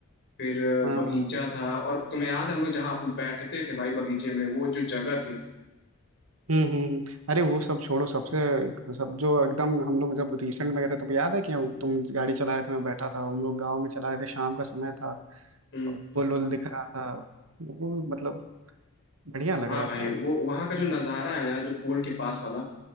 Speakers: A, on the left; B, on the right.
A: फिर
B: हाँ
A: बगीचा
B: हाँ,
A: था और तुम्हें याद है हम लोग जहाँ बैठते थे भाई बगीचे में वो जो जगह थी
B: हम्म हम्म हम्म। अरे वो सब छोड़ो सबसे सब जो एकदम हम लोग जब रिसेंट में गए थे तब याद है क्यों तुम गाड़ी चला रहे थे मैं बैठा था हम लोग गांव में चला रहे थे शाम का समय था
A: हम्म
B: और पुल उल दिख रहा था वो मतलब बढ़िया लग
A: हाँ
B: रहा
A: भाई
B: था यार वो
A: वो वहाँ का जो नज़ारा है ना यार, जो पुल के पास वाला